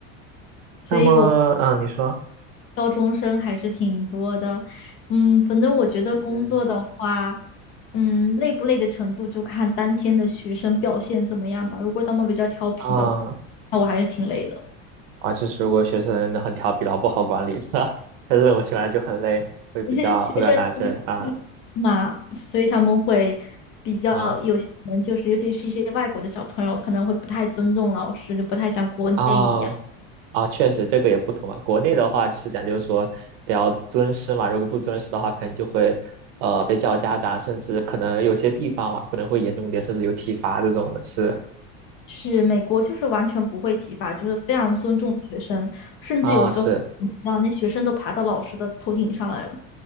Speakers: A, on the left; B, on the right.
A: 所以我
B: 那么嗯，呃你说
A: 高中生还是挺多的。嗯，反正我觉得工作的话，
B: 嗯
A: 嗯，累不累的程度就看当天的学生表现怎么样吧。如果他们比较调皮的话，
B: 啊
A: 那我还是挺累的。
B: 啊，就是如果学生很调皮，然后不好管理，<laughs> 是吧？<laughs> 但是我起来就很累，会比较会比较难追啊
A: 有些学生就是嘛，所以他们会比较有些人就是，
B: 啊
A: 尤其是一些外国的小朋友，可能会不太尊重老师，就不太像国内一样。
B: 啊！哦啊，确实这个也不同嘛。国内的话就是讲究说得要尊师嘛，如果不尊师的话，可能就会呃被叫家长，甚至可能有些地方嘛，可能会严重一点，甚至有体罚这种的。是
A: 是美国就是完全不会体罚，就是非常尊重学生，甚至有时候
B: 啊，是
A: 让那学生都爬到老师的头顶上来了。